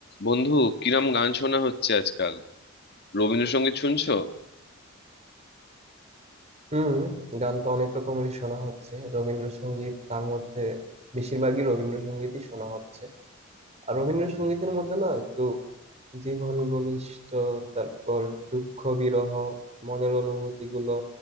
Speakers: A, on the left; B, on the right.
A: বন্ধু কিরম গান শোনা হচ্ছে আজকাল রবীন্দ্রসঙ্গীত শুনছো
B: হুম গান তো অনেক রকমেরই শোনা হচ্ছে রবীন্দ্রসঙ্গীত তার মধ্যে বেশিরভাগই রবীন্দ্রসঙ্গীতই শোনা হচ্ছে আর রবীন্দ্রসঙ্গীতের মধ্যে না একটু জীবন ঘনিষ্ঠ তারপর দুঃখ বিরহ মনের অনুভূতি গুলো